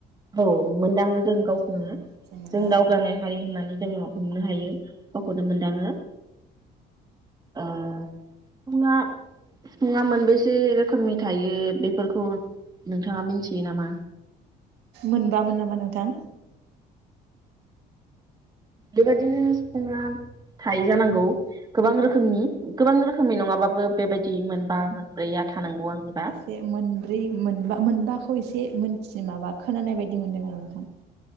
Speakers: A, on the right (about 25°); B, on the right (about 85°).
A: औ मोनदाङो जों गावखौनो
B: औ जेनेबा
A: जों दावगानाय हारि होननानै जोङो हमनो हायो। गावखोनो मोनदाङो ओ फुंआ सिफुङा मोनबेसे रोखोमनि थायो बेफोरखौ नोंथाङा मिथियो नामा?
B: मोनबा मोन नामा नोंथां?
A: बेबायदिनो सिफुङा थायो जानांगौ गोबां रोखोमनि गोबां रोखोमनि नङाबाबो बेबायदि मोनबा मोन ब्रैया थानांगौ आंनिबा।
B: बे मोनब्रै मोनबा मोनबाखौ एसे मोनथियो माबा खोनानाय बायदि मोनदों आरो नोंथां?